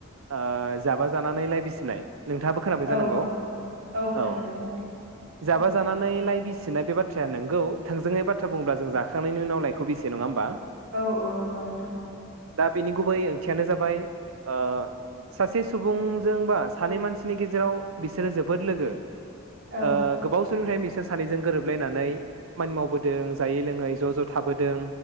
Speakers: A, on the right (about 75°); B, on the right (about 55°).
A: ओ जाबा जानानै लाय बिसिनाय। नोंथाङाबो खोनाबाय
B: औ
A: जानांगौ
B: औ औ खोनाबाय
A: औ।
B: नोंथां दे
A: जाबा
B: उम
A: जानानै लाय बिसि। सिनाय बे बाथ्राया नोंगौ थोंजोङै बाथ्रा बुङोब्ला जों जाखांनायनि उनाव लाइखौ बेसियो नङा होमबा।
B: औ औ नंगौ नोंथां औ।
A: बिनि गुबै ओंथियानो जाबाय ओ सासे सुबुंजों बा सानै मानसिनि गेजेराव बिसोरो जोबोद लोगो।
B: औ
A: ओ गोबाव समनिफ्रायनो बिस सोर सानैजों गोरोबलायनानै खामानि मावबोदों जायै लोङै ज' ज' थाबोदों।